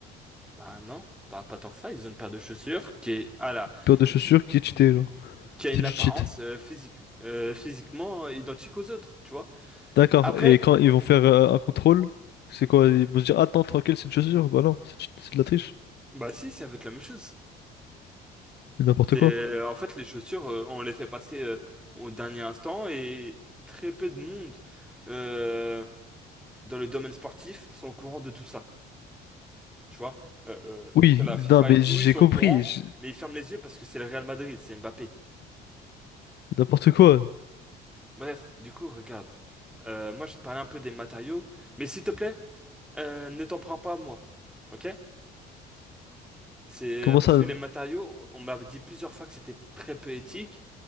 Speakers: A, in the centre; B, on the left (about 55°).
A: Bah non, pas, pas tant que ça. Ils ont une paire de chaussures qui est à la,
B: Paire de chaussures qui est
A: qui,
B: cheatée genre.
A: qui a une
B: C'est du
A: apparence
B: cheat.
A: euh, physique, euh, physiquement identique aux autres, tu vois.
B: D'accord.
A: Après,
B: Et quand ils vont faire euh, un contrôle, c'est quoi? Ils vont se dire, attends, tranquille, c'est une chaussure. Bah non, c'est c'est de la triche.
A: bah si, ça va être la même chose.
B: Mais N'importe
A: C'est,
B: quoi.
A: en fait, les chaussures, euh, on les fait passer euh, au dernier instant et très peu de monde euh, dans le domaine sportif sont au courant de tout ça, tu vois. Euh, euh,
B: Oui,
A: sur la FIFA
B: non, mais
A: et tout,
B: j'ai
A: ils sont
B: compris.
A: au courant,
B: j'-
A: mais ils ferment les yeux parce que c'est le Real Madrid, c'est Mbappé.
B: N'importe quoi.
A: Bref, du coup, regarde. Euh, moi, je vais te parler un peu des matériaux, mais s'il te plaît. Euh, ne t'en prends pas à moi. Ok? C'est
B: Comment
A: parce
B: ça?
A: que les matériaux, on m'a dit plusieurs fois que c'était très peu éthique